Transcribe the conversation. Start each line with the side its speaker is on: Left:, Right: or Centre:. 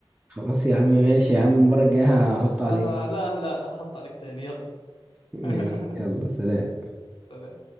Right: خلاص يا عم ماشي يا عم المره الجايه هحط
Left: بس
Right: عليك
Left: آه، لا لا هحط عليك تاني يلا
Right: ماشي
Left: <laughs>
Right: يلا سلام
Left: سلام